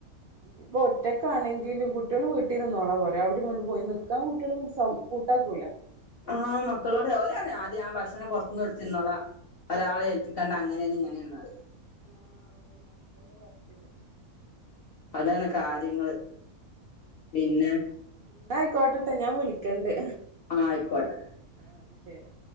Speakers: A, on the right (about 75°); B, on the left (about 65°).
A: ഇപ്പൊ ഒറ്റക്കാണെങ്കിലും കുട്ട്യള് വീട്ടി നിന്നോളാം പറയും അവിടെവിടിം പോയി നിക്കാൻ കുട്ടികള് കൂട്ടാക്കൂല
B: ആഹ് മക്കളോട് ഓര് ആദ്യം ആ ഭക്ഷണ പുറത്തത്ത്ന്ന് മേടിച്ചിന്നോളാ ഒരാളെ ഏൽപ്പിക്കണ്ട അങ്ങനെയാണ് ഇങ്ങനെയാണ് ന്ന് പറയും
A: ആഹ് അതന്നെ അങ്ങനെ തന്നെ പറച്ചല്
B: അതാണ് കാര്യങ്ങള് പിന്നെ
A: അന്നായിക്കോട്ടിട്ടാ ഞാൻ വിളിക്കണ്ട്
B: ആയിക്കോട്ടെ
A: ആഹ് ശെരി